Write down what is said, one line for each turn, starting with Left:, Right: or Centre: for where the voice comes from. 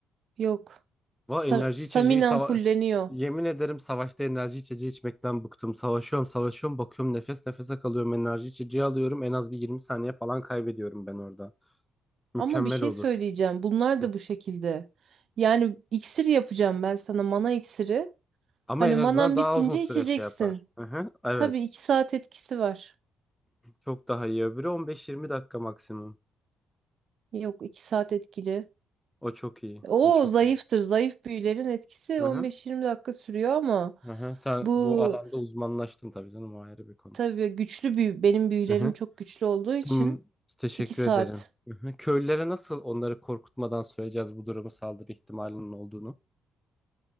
Right: Yok. Sta
Centre: Vah enerji
Right: staminen
Centre: içeceği sava
Right: fulleniyor.
Centre: Yemin ederim savaşta enerji içeceği içmekten bıktım. Savaşıyorum, savaşıyorum, bakıyorum nefes nefese kalıyorum. Enerji içeceği alıyorum. En az bir 20 saniye falan kaybediyorum ben orada. Mükemmel
Right: Ama bir şey
Centre: olur.
Right: söyleyeceğim. Bunlar
Centre: Hı.
Right: da bu şekilde. Yani iksir yapacağım ben sana mana iksiri.
Centre: Ama
Right: Hani
Centre: en
Right: manan
Centre: azından daha
Right: bitince
Centre: uzun süre
Right: içeceksin.
Centre: şey yapar. Hı hı. Evet.
Right: Tabii iki saat etkisi var.
Centre: Çok daha iyi. Öbürü 15-20 dakika maksimum.
Right: Yok iki saat etkili.
Centre: O çok iyi.
Right: O
Centre: O çok
Right: zayıftır.
Centre: iyi.
Right: Zayıf büyülerin etkisi
Centre: Hı
Right: 15-20
Centre: hı.
Right: dakika sürüyor ama
Centre: Hı hı. Sen
Right: bu
Centre: bu alanda uzmanlaştın tabii canım o ayrı bir konu.
Right: tabii güçlü büyü. Benim büyülerim
Centre: Hı hı.
Right: çok güçlü olduğu için
Centre: Tamam, teşekkür
Right: iki saat.
Centre: ederim. Hı hı. Köylülere nasıl onları korkutmadan söyleyeceğiz bu durumu saldırı ihtimalinin olduğunu?